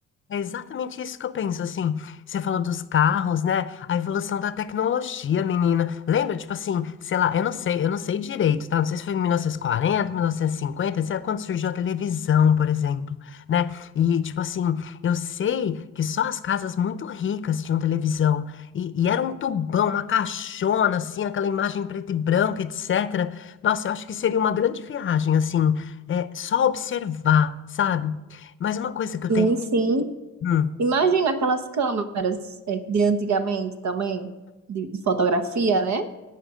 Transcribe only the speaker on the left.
É exatamente isso que eu penso, assim. Você falou dos carros, né? A evolução da tecnologia, menina. Lembra, tipo assim, sei lá, eu não sei, eu não sei direito, tá? Não sei se foi em 1940, 1950, sei lá, quando surgiu a televisão, por exemplo, né? E, tipo assim, eu sei que só as casas muito ricas tinham televisão. E, e era um tubão, uma caixona, assim, aquela imagem preta e branca, etc. Nossa, eu acho que seria uma grande viagem, assim, é, só observar, sabe? Mas uma coisa que eu
tenho.
hum,